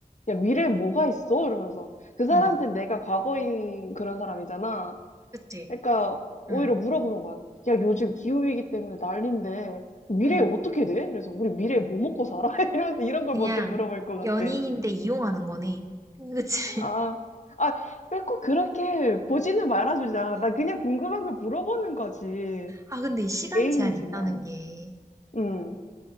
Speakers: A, on the left (about 50°); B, on the right (about 20°).
A: 야, 미래에 뭐가 있어? 이러면서. 그 사람한테
B: 응,
A: 내가 과거인 그런 사람이잖아.
B: 그치.
A: 그러니까, 오히려
B: 응,
A: 물어보는 거야. 야, 요즘 기후위기 때문에 난린데, 미래에
B: 응.
A: 어떻게 돼? 그래서 우리 미래에 뭐 먹고 살아? <laughs> 이러면서 이런 걸
B: 그냥
A: 먼저 물어볼 것 같아.
B: 연인인데 이용하는 거네. 응. 그치?
A: 아,
B: <laughs>
A: 아, 왜 꼭 그렇게 보지는 말아주자. 나 그냥 궁금한 걸 물어보는 거지.
B: 아, 근데 이 시간
A: 애인이지만.
B: 제한이 있다는 게
A: 음.